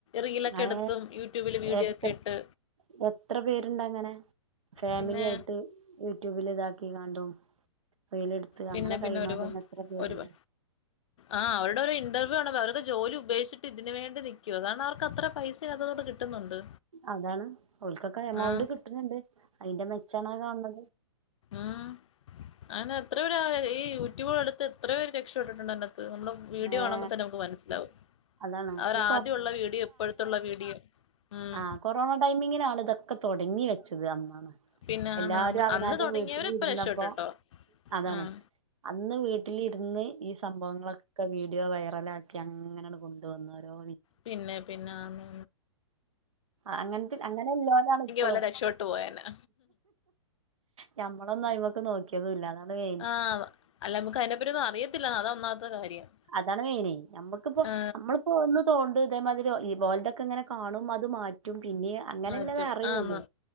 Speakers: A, on the left (about 75°); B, on the right (about 85°).
A: റീലൊക്കെ
B: ഏ
A: എടുത്തും യൂട്യൂബിലു വീഡിയോ
B: എത്ര
A: ഒക്കെ ഇട്ട്
B: എത്ര പേരുണ്ട് അങ്ങനെ ഫാമിലി
A: പിന്നെ
B: ആയിട്ട് യൂട്യൂബിലിതാക്കിങ്ങാണ്ടും റീലെടുത്ത്
A: പിന്നെ
B: അങ്ങനെ
A: പിന്നെ
B: കഴിയണോലന്നേ
A: ഒരുപാ
B: എത്ര പേരുണ്ട്
A: ഒരുപാ ആഹ് അവരുടെ ഒരു ഇന്റർവ്യൂ കാണണം അവരൊക്കെ ജോലി ഉപേക്ഷിച്ചിട്ട് ഇതിനുവേണ്ടി നിക്കുവാ അതാണവർക്കത്ര പൈസ <unintelligible> അതുകൊണ്ട് കിട്ടുന്നുണ്ട്
B: അതാണ് ഓൾക്കൊക്കെ എമൗണ്ട്
A: ആഹ്
B: കിട്ടുന്നുണ്ട് അതിന്റെ മെച്ചാണ് ആ കാണ് ണത്
A: ആഹ് ആണ എത്രയോപേരാ ഈ യൂട്യൂബൾ എടുത്ത് ത്രയോ പേര് രക്ഷപ്പെട്ടിട്ടുണ്ട് അതിനത്ത് നമ്മള് വീഡിയോ
B: ഏ
A: കാണുമ്പോ തന്നെ നമുക്ക് മനസ്സിലാവും
B: അതാണ്
A: അവർ
B: ഈ
A: ആദ്യം ഉള്ള വീഡിയോ ഇപ്പഴത്തുള്ള വീഡിയോ ഉം
B: ആഹ് കൊറോണ ടൈമിങ്ങിനാണ് ഇതൊക്കെ തൊടങ്ങി വെച്ചത് അന്നാണ്
A: പിന്നെ
B: എല്ലരും
A: ആണ് ആണ്
B: അവനാന്റെ
A: അന്ന് തുടങ്ങിയവര്
B: വീട്ടില്
A: ഇപ്പൊ
B: ഇരുന്നപ്പോ
A: രക്ഷപ്പെട്ടോ
B: അതാണ്
A: ഉം
B: അന്ന് വീട്ടിലിരുന്ന് ഈ സംഭവങ്ങളൊക് ക്കെ വീഡിയോ വൈറലാക്കി അങ്ങനെണ് കൊണ്ടോന്ന രോ
A: പിന്നെ പിന്നെ അന്ന
B: ആഹ് അങ്ങനതി അങ്ങനെ ഇല്ലോണ്ടാണ് ഇപ്പളും
A: വല്ല രക്ഷപ്പെട്ടു പോയേനെ
B: ഞമ്മളൊന്നും അയിമക്ക് നോക്കി ക്കിയെതുല്ല അതാടുവെ
A: ആഹ് അല്ല മുക്ക് അയിനെപ്പറ്റിയൊന്നും അറിയത്തില്ല അത ഒന്നാമത്തെ കാര്യം
B: അതാണ് മെയിനി നമ്മുക്കിപ്പോ
A: ആ
B: നമ്മള് ഒന്ന് തോണ്ടു ഇതേമാതിരി ഈ ഒലതൊഒക്കെ ഇങ്ങനെ കാണും അത് മാറ്റും പിന്നെ അങ്ങനെയല്ലതെ
A: മാറ്റും
B: അറിയുള്ളൂ
A: ആന്ന്